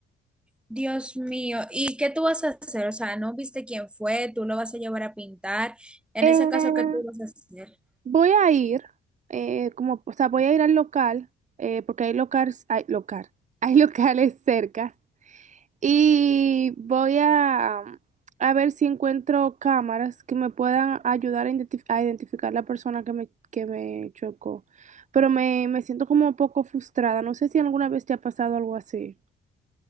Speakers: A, in the centre; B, on the right.
A: Dios mío, ¿y qué tú vas a hacer? O sea, ¿no viste quién fue? ¿Tú lo vas a llevar a pintar? En
B: Eh,
A: ese caso, ¿qué tú vas a hacer?
B: voy a ir, eh, como, o sea, voy a ir al local, eh, porque hay locales, hay local, <laughs> hay locales cerca Y voy a, a ver si encuentro cámaras que me puedan ayudar a, identif- a identificar la persona que me, que me chocó. Pero me, me siento como un poco frustrada. No sé si alguna vez te ha pasado algo así.